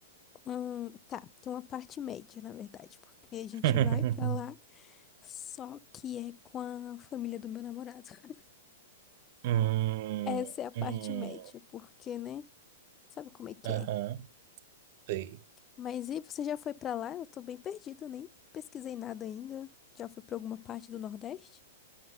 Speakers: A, on the left; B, on the right.
A: Hum, tá, tem uma parte média, na verdade, porque a gente
B: <laughs>
A: vai pra lá, só que é com a família do meu namorado. <laughs>
B: Hum,
A: Essa é a parte
B: hum,
A: média, porque, né? Sabe como é que
B: aham,
A: é?
B: sei.
A: Mas e você já foi pra lá? Eu tô bem perdida, nem pesquisei nada ainda. Já foi pra alguma parte do Nordeste?